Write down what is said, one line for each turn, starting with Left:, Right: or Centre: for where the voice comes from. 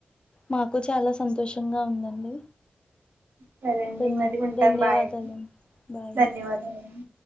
Left: మాకు చాలా సంతోషంగా ఉందండి
Right: సరే అండి
Left: ధన్య
Right: మరి ఉంటాను
Left: ధన్యవాదాలండి
Right: బాయండి
Left: బాయ్
Right: ధన్యవాదాలు
Left: అండి